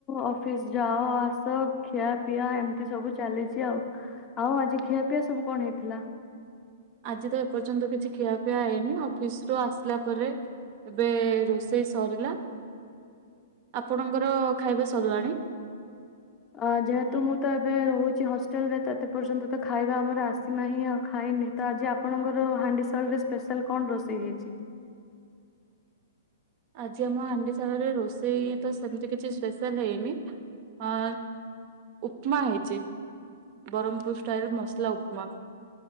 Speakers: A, on the left; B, on the right.
A: ଅଫିସ ଯାଅ ଆସ। ଖିଆ ପିଆ ଏମିତି ସବୁ ଚାଲିଛି ଆଉ। ଆଉ ଆଜି ଖିଆପିଆ ସବୁ କଣ ହେଇଥିଲା?
B: ଆଜି ତ ଏପର୍ଯ୍ୟନ୍ତ କିଛି ଖିଆପିଆ ହେଇନି ଅଫିସ ରୁ ଆସିଲା ପରେ। ଏବେ ରୋଷେଇ ସରିଲା। ଆପଣଙ୍କର ଖାଇବା ସରିଲାଣି?
A: ଅ ଯେହେତୁ ମୁଁ ତ ଏବେ ରହୁଛି ହଷ୍ଟେଲରେ ତ ଏତେ ପର୍ଯ୍ୟନ୍ତ ତ ଖାଇବା ଆମର ଆସିନାହିଁ ଆଉ ଖାଇନି। ତ ଆଜି ଆପଣଙ୍କର ହାଣ୍ଡିସାଳ ରେ ସ୍ପେଶାଲ କଣ ରୋଷେଇ ହେଇଛି?
B: ଆଜି ଆମ ହାଣ୍ଡିସାଳରେ ରୋଷେଇ ତ ସେମିତି କିଛି ସ୍ପେଶାଲ ହେଇନି। ଅ ଉପମା ହେଇଛି। ବ୍ରହ୍ମପୁର ଷ୍ଟାଇଲ ମସଲା ଉପମା।